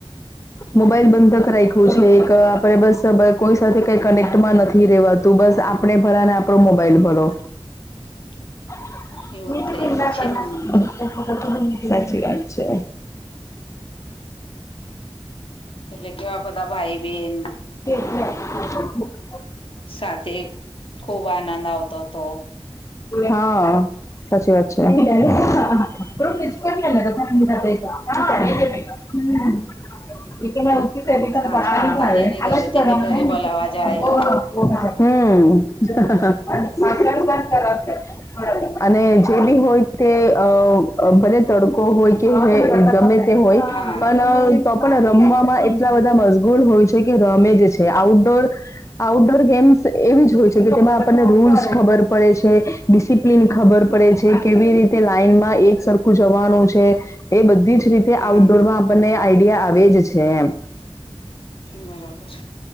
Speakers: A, on the left; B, on the left.
A: મોબાઈલ બંધક રાખ્યું છે, એક આપે બસ કોઈ સાથે કઈ કનેક્ટમાં નથી રેવાતું બસ આપ આપણે ભલાને આપડો મોબાઈલ ભલો.
B: <unintelligible>
A: <unintelligible>
B: એવું જ થઈ ગયું છે ને અમને
A: સાચી વાત છે.
B: એટલે કેવા બધા ભાઈ બહેન.
A: <unintelligible>
B: સાથે. ખુબ આનંદ આવતો હતો.
A: હા. સાચી વાત છે. હમ એ કે,
B: સાંજ પડતા જ
A: <unintelligible>
B: એની ઘરે તેની ઘરે બોલાવા
A: નીચે
B: જાય
A: હમ હ હ અને જે બી હોય તે અ ભલે તડકો હોય કે ગમે, તે હોય
B: હા
A: પણ, તો પણ રમવામાં એટલા બધા મસગૂલ હોય છે કે રમે જ છે આઉટડોર. આઉટડોર ગેમ્સ એવી જ હોય છે કે તેમાં આપણને રુલ્સ ખબર. પડે છે, ડિસિપ્લિન ખબર પડે છે, કેવી લાઈનમાં એક સરખું જવાનું છે. એ બધી જ રીતે આઉટડોરમાં
B: હા
A: આપણને આઈડિયા આવે જ છે એમ.
B: બરાબર.